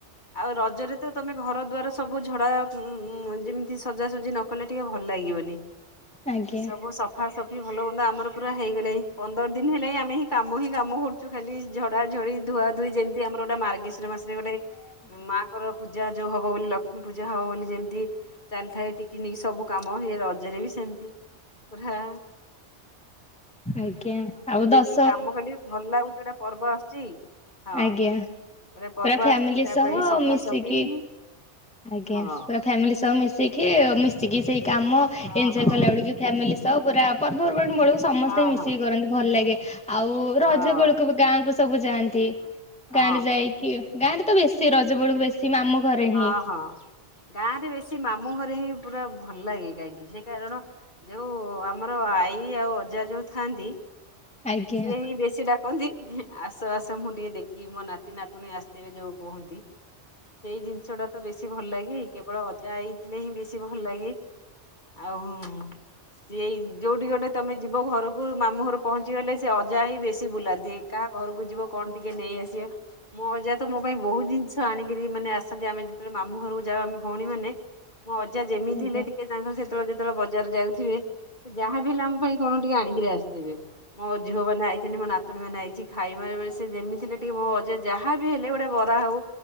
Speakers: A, on the left; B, in the centre.
A: ଆଉ ରଜରେ ତ ତମେ ଘର ଦୁଆର ସବୁ ଝଡା ଉ ଯେମିତି ସଜାସଜି ନ କଲେ ଟିକେ ଭଲ ଲାଗିବନି।
B: ଆଜ୍ଞା
A: ସବୁ ସଫା ସଫା ଭଲ ହୁଅନ୍ତା ଆମର ପୁରା ହେଇଗଲାଣି ପନ୍ଦର ଦିନ ହେଲା ଆମେ କାମ ହିଁ କାମ କରୁଛୁ ଖାଲି ଝଡା ଝଡି ଧୁଆ ଧୁଇ ଯେମିତି ଆମର ଗୋଟେ ମାର୍ଗ ମାର୍ଗଶିର ମାସରେ ଗୋଟେ ମାଙ୍କର ପୂଜା ଯୋଉ ହବ ବୋଲି ଲକ୍ଷ୍ମୀ ପୂଜା ହବ ବୋଲି ଯେମିତି ଚାଲିଥାଏ ଟିକି ନିକି ସବୁ କାମ ଏଇ ରଜରେ ବି ସେମିତି ତାପରେ <inaudible>
B: ଆଜ୍ଞା ଆଉ ଦଶ
A: କାମ କଲେ ଭଲ ଲାଗୁଛି ଗୋଟା ପର୍ବ ଆସୁଛି। ହଁ
B: ଆଜ୍ଞା
A: ଗୋଟେ ପର୍ବ
B: ପୁରା ଫ୍ୟାମିଲି
A: ଆସୁଛି ତା
B: ସହ
A: ପାଇଁ ସଫାସଫି
B: ମିଶିକି
A: ହିଁ।
B: ଆଜ୍ଞା
A: ହଁ
B: ପୁରା ଫ୍ୟାମିଲି ସହ ମିଶିକି ମି ସିକି ସେଇ କାମ
A: ହଁ
B: ଏଞ୍ଜୟ
A: ହଁ
B: କଲା ବଳେକୁ ବି ଫ୍ୟାମିଲି ସ ପୁରା ପର୍ବରୁ ବେଳକୁ ସମସ୍ତେ
A: ହଁ
B: ମିଶିକି
A: ହଁ
B: କରନ୍ତି ଭଲ ଲାଗେ। ଆଉ ରଜ
A: ହଁ
B: ବେଳକୁ ବି ଗାଁକୁ ସବୁ ଯାଆନ୍ତି। ଗାଁରେ
A: ହଁ
B: ଯାଇ ଗାଁରେ ତ ବେଶୀ ରଜ ବେଳକୁ ବେଶୀ ମାମୁଁ ଘରେ ହିଁ
A: ହଁ ହଁ ଗାଁରେ ବେଶି ମା ମୁଁ ଘରେ ହିଁ ପୁରା ଭଲ ଲାଗେ କାହିଁକି ସେ କାରଣ ଯୋଉ ଆମର ଆଈ ଆଉ ଅଜା ଯୋଉ ଥାଆନ୍ତି
B: ଆଜ୍ଞା।
A: ସିଏ ହିଁ ବେଶୀ ଡା କାନ୍ତି ଆସ ଆସ ମୁଁ ଟିକେ ଦେଖିବି ମୋ ନାତି ନାତୁଣୀ ଆସିଥିବେ ଯୋଉ କୁହନ୍ତି। ସେଇ ଜିନିଷ ଟା ତ ବେଶୀ ଭଲ ଲାଗେ କେବଳ ଅଜା ଆଇଥିଲେ ହିଁ ବେଶୀ ଭଲ ଲାଗେ ଆଉ ହୁଁ ସିଏ ଯୋଉଠି ଗଟେ ତମେ ଯିବ ଘର କୁ ମାମୁଁ ଘରକୁ ପହଞ୍ଚିଗଲେ ସେ ସେ ଅଜା ହିଁ ବେଶୀ ବୁଲାନ୍ତି। କାହା ଘରକୁ ଯିବ କଣ ଟିକେ ନେଇ ଆସିବ ମୋ ଅଜା ତ ମୋ ପାଇଁ ବହୁତ ଜିନିଷ ଆଣିକରି ମାନେ ଆସନ୍ତି। ଆମେ ଯେତେବେଳେ ମାମୁଁ ଘରକୁ ଯାଉ ଆମେ ଭଉଣୀ ମାନେ ମୋ ଅଜା ଯେମିତି
B: ଆଜ୍ଞା
A: ହେଲେ ଟିକେ ତାଙ୍କ ସେ ଯେତେବେଳେ ଯେତେବେଳେ ବଜାର ଯାଉଥିବେ ସେ ଯାହା ବି ହେଲେ ଆମ ପାଇଁ କଣ ଟିକେ ଆଣିକିରି ଆସିଥିବେ। ମୋ ଝିଅ ମାନେ ଆଇଛନ୍ତି ମୋ ନାତୁଣୀ ମାନେ ଆଇଛି ଖାଇ ମ ମାନେ ସେ ଯେମିତିଥିଲେ ଟିକେ ମୋ ଅଜା ଯାହାବି ହେଲେ ଗୋଟେ ବରା ହଉ